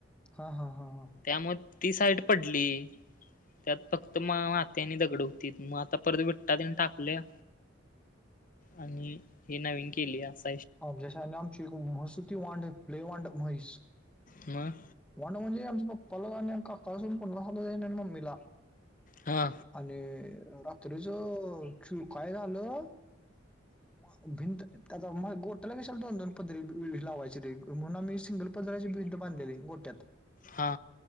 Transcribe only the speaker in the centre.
हा हा हा हा
अम जसा आहे न आमची महसूती वांड पलई वांड महेस
वांड म्हणजे आमची पप्पाला वांडून आणि काकाला सोडून कोण <unintelligible> आणि मम्मीला.
आणि अ रात्रीचा चू काय झालं? म भिंतीत आता म गोटाला कशाला दोन दोन पदरी लावायची रे म्हणून आम्ही सिंगल पदराची भिंत बांधलेली गोट्यात.